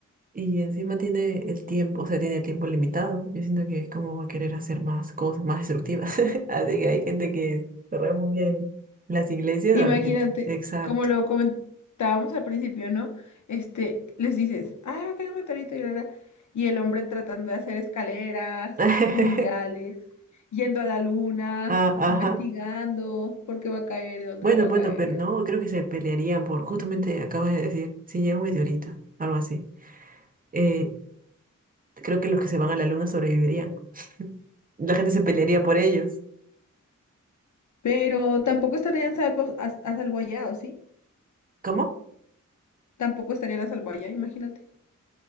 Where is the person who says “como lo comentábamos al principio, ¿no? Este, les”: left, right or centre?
Left